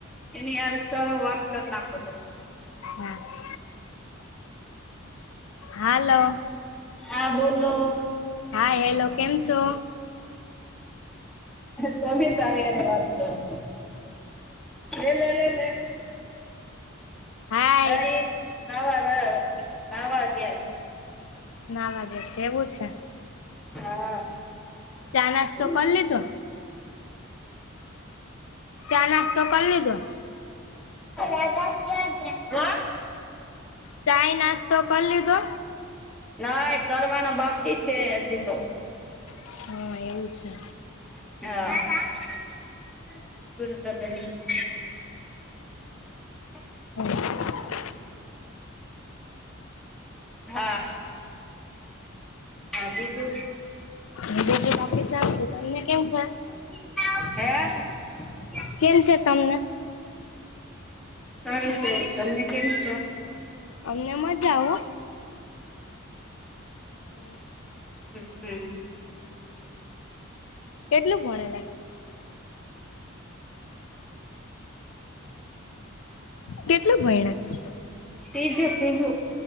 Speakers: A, in the centre; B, on the left (about 70°).
A: એની યાર સ વાત કર નાખો તો
B: હમ્મ હાલો
A: <inaudible> હા બોલો
B: હા હેલો, કેમ છો?
A: સોમી તાર્ય ને વાત કરો એ લે લે લે
B: હાય
A: નહી નહાવા ગ નાહવા ગ્યા
B: નહાવા ગ્યા છેવું છે
A: હા
B: ચા નાસ્તો
A: હે
B: કરી લીધો ચાય નાસ્તો કર લીધો
A: દાદા ક્યાં ગ્યા?
B: ચાય નાસ્તો કર લીધો
A: ના એ કરવાનો બાકી છે હજી તો
B: હ, એવું છે.
A: હા <unintelligible> <inaudible>
B: <inaudible>
A: હા હા બીજુ શ
B: હ બીજું બાકી શાંતિ, તમને કેમ છે?
A: હે
B: કેમ છે તમને?
A: સારુ છે, તમને કેમ છો?
B: અમને મજા હો. હમ્મ
A: હ હમ્મ
B: કેટલું ભણેલા છે?
A: <inaudible>
B: કેટલું ભયણા છો?
A: તીજે તીજુ